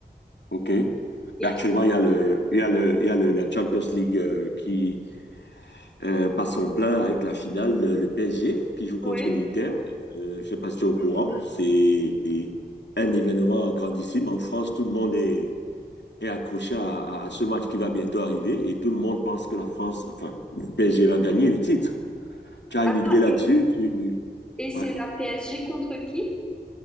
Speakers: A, on the left (about 80°); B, in the centre.
A: Ok.
B: Et
A: Mais actuellement,
B: toi?
A: il y a le, il y a le, il y a le- la Champions League euh, qui euh, bat son plein avec la finale, le, le PSG qui joue contre
B: Oui.
A: l'Inter. Euh, je sais pas si tu es au courant. C'est un événement grandissime. En France, tout le monde est, est accroché à, à- à ce match qui va bientôt arriver et tout le monde pense que la France, enfin, le PSG va gagner le titre. Tu as
B: Attends,
A: une idée là-dessus?
B: et,
A: Tu...
B: et c'est
A: Ouais.
B: la PSG contre qui?